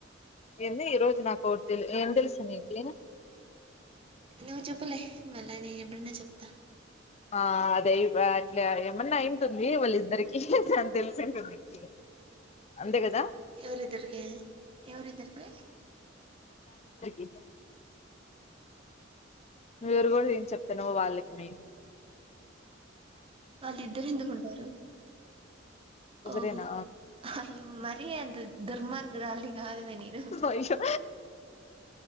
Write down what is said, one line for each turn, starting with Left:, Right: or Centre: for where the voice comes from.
Left: ఎంది ఈరోజు నాకు తె ఎ తెలుసు నీక్
Right: నువ్వు చెప్పులే మళ్ళా నేను ఎప్పుడన్నా చెప్తా
Left: ఆ అదయ్ వాట్లా ఏమన్నా అయింటుంది వాళ్ళిద్దరికి దాన్ తెలిసి ఉంటుంది అంతే కదా
Right: ఎవరద్దరికి ఎవరిద్దర్కి
Left: ఇ నువ్వువరివో ఏం చెప్తున్నవ్ వాళ్ళకి మీ
Right: వాళ్లు ఇద్దరు ఎందుకు ఉంటారు
Left: ఒకరేనా
Right: ఓహో అయ్యో మరి అంత దుర్మార్గురాలిని కాదుమి నేను
Left: అయ్యో